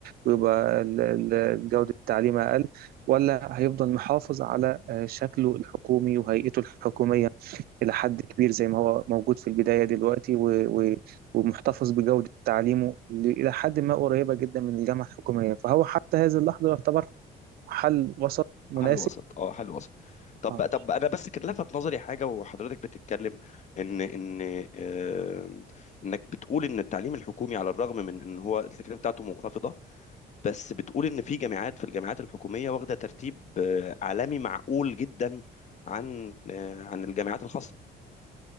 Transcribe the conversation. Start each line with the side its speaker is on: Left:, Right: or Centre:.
Right: ويبقى ال- ال- جودة التعليم أقل ولا هيفضل محافظ على شكله الحكومي وهيئته الحكومية إلى حد كبير زي ما هو موجود في البداية دلوقتي و... و... ومحتفظ بجودة تعليمه اللي إلى حد ما قريبة جدا من الجامعة الحكومية فهو حتى هذه اللحظة يعتبر حل وسط مناسب
Left: حل وسط اه حل وسط طب
Right: اه
Left: طب انا بس كان لفت نظري حاجه وحضرتك بتتكلم ان ان آم، انك بتقول ان التعليم الحكومي على الرغم من ان هو التكلفه بتاعته منخفضه بس بتقول ان في جامعات في الجامعات الحكوميه واخده ترتيب آه، عالمي معقول جدا عن آه، عن الجامعات الخاصه